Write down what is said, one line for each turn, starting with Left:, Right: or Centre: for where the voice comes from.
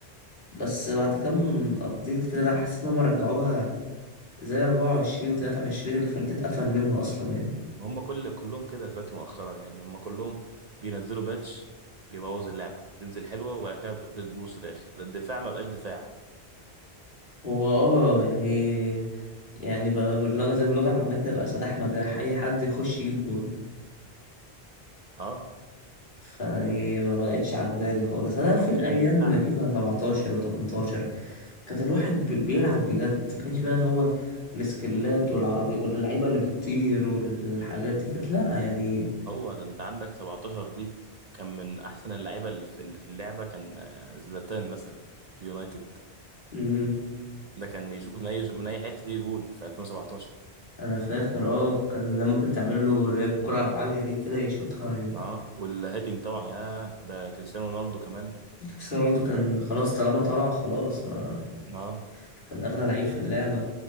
Left: بس بعد كام ابديت كده لا حسيت ان هم رجعوها زي 24 و23 اللي خليت اتقفل منها اصلا يعني
Right: ما هم كل كلهم كده دلوقتي مؤخرا يعني هم كلهم بينزلوا باتش بيبوظ اللعبة بتنزل حلوة وبعد كده بتبوظ في الآخر ده الدفاع ما بقاش دفاع
Left: هو اه يعني يعني بقى باللغه زي باللغه العاميه كده بقى سداح مداح اي حد يخش يجيب جون
Right: اه
Left: فيعني ما بقتش عجباني خالص انا في
Right: يعني ممكن
Left: ايام
Right: المدافع
Left: فيفا 17 و18 كان الواحد بي- بيلعب بجد ما كانش بقى اللي هو السكلات والعربي واللعيبه اللي بتطير والحاجات دي كانت لا يعني
Right: هو ده انت عندك 17 دي كان من احسن اللعيبة اللي في اللي في اللعبة كان آه، زلاتان مثلا في اليونايتد
Left: امم
Right: ده كان يشوف من اي من اي حتة تيجي جون في 2017
Left: انا فاكر اه كان ده ممكن تعمل له اللي هي الكرة العالية دي كده يشوطها يعني.
Right: اه والهيدنج طبعا ياه ده كريستيانو رونالدو كمان
Left: بس برضه كان
Right: كان
Left: خلاص طالما طلع خلاص ما
Right: اه
Left: كان اغلى لعيب في اللعبة